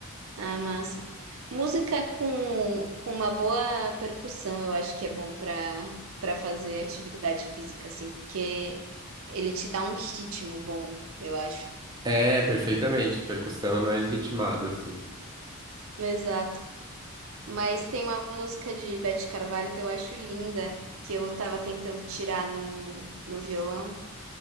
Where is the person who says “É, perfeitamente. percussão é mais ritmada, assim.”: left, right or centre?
Right